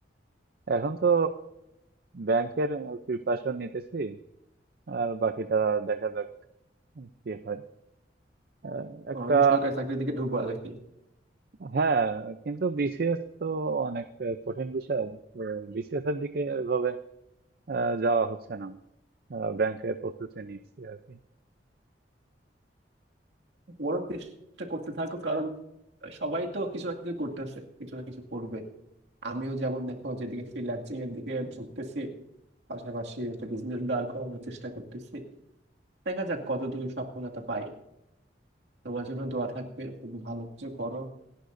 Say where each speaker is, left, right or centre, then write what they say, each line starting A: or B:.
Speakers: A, on the right; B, on the right.
A: এখন তো ব্যাংকের প্রিপারেশন নিতেছি আর বাকিটা দেখা যাক কি হয় আহ, একটা
B: আমি সরকারি চাকরির দিকে ঢুকবো নাকি
A: হ্যাঁ কিন্তু বিসিএস তো অনেক আহ, কঠিন বিষয় বিসিএস এর দিকে এভাবে আহ, যাওয়া হচ্ছে না আহ, ব্যাংকের প্রস্তুতি নিচ্ছি আর কি
B: বড় চেষ্টা করতে থাকো কারণ সবাই তো কিছু না কিছু করতেছে কিছু না কিছু করবে আমিও যেমন দেখো যেদিকে ফ্রিল্যান্সিং এর দিকে ঢুকতেছি পাশাপাশি একটা বিজনেস দাঁড় করানোর চেষ্টা করতেছি দেখা যাক কতদূর সফলতা পাই তোমার জন্য দোয়া থাকবে তুমি ভালো কিছু করো